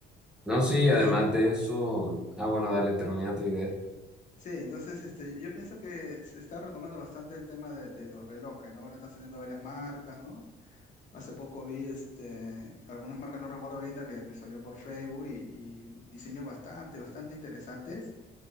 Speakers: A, in the centre; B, on the left.
A: No, sí,
B: Entonces
A: además de eso. Ah, bueno, dale, termina tu idea.
B: Sí, entonces este, yo pienso que se está retomando bastante el tema de, de los relojes, ¿no? Ahora están saliendo varias marcas, ¿no? Hace poco vi este, algunas marcas, no recuerdo ahorita, que me salió por Facebook y, y diseños bastante, bastante interesantes